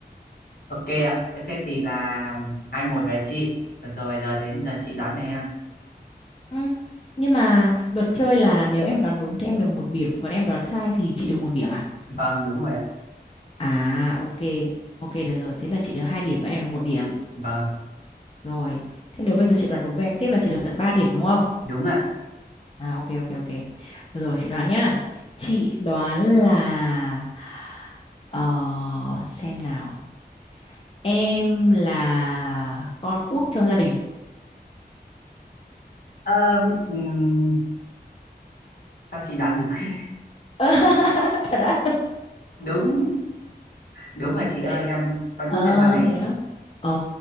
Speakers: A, on the left; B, on the left.
A: ok ạ thế thế thì là hai một về chị rồi, rồi giờ đến là chị đoán về em
B: Ừ. Nhưng mà luật chơi là nếu em đoán đúng thì em được một điểm, còn em đoán sai thì chị được một điểm à?
A: vâng đúng rồi ạ
B: À ok, ok được rồi. Thế là chị được 2 điểm, các em là một điểm.
A: vâng
B: Rồi, thế nếu bây giờ chị đoán đúng với em tiếp là chị được tận ba điểm đúng không?
A: đúng ạ
B: À ok ok ok. Được rồi, chị đoán nhá. Chị đoán là ờ, xem nào. Em là con út trong gia đình.
A: Ờ, ừm, sao chị đoán đúng <laughs>
B: <laughs> Thật á?
A: đúng đúng rồi chị ơi
B: Thế-
A: em có nuôi
B: Ờ
A: trong gia đình
B: thế á. Ờ,